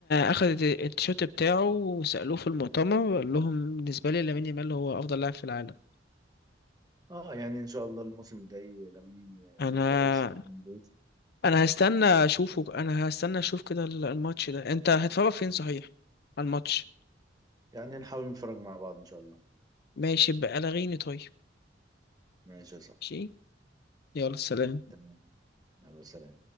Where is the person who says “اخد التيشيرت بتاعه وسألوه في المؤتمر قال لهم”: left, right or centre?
Left